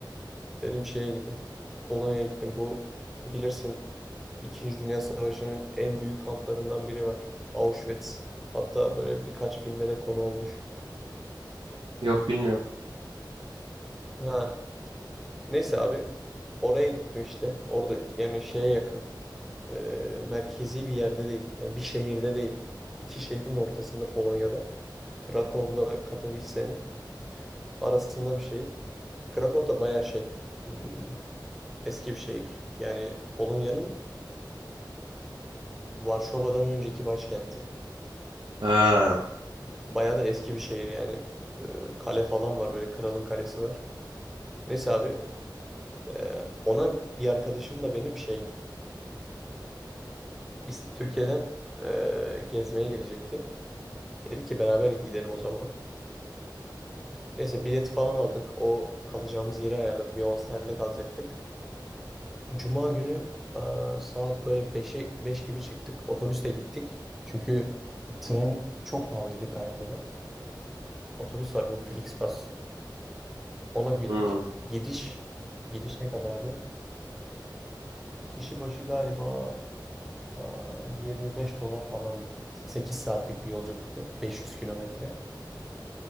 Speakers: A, in the centre; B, on the right.
A: Dedim şeye gideyim. Polonya'ya gittim. Bu bilirsin İkinci Dünya Savaşı'nın en büyük kamplarından biri var. Auschwitz. Hatta böyle birkaç filme de konu olmuş.
B: Yok bilmiyorum.
A: Ha. Neyse abi oraya gittim işte. Orada yani şeye yakın. e, merkezi bir yerde değil. Yani bir şehirde değil. İki şehrin ortasında Polonya'da. Krakow'la Katowice'nin arasında bir şehir. Krakow da bayağı şey. hmm, eski bir şehir. Yani Polonya'nın Varşova'dan önceki başkenti.
B: Ha.
A: Bayağı da eski bir şehir yani. Ee, kale falan var böyle kralın kalesi var. Neyse abi e, ona bir arkadaşım da benim şey İs- Türkiye'den e, gezmeye gelecekti. Dedi ki beraber gidelim o zaman. Neyse bileti falan aldık. O kalacağımız yeri ayarladı. Bir hostelde kalacaktık. Cuma günü e, saat böyle 5'e 5 gibi çıktık. Otobüsle gittik. Çünkü tren çok pahalıydı galiba. Otobüs var bu Flixbus Ona bindik.
B: Hı.
A: Gidiş gidiş ne kadardı? Kişi başı galiba aa, 25 dolar falandı. 8 saatlik bir yolculuktu. 500 kilometre.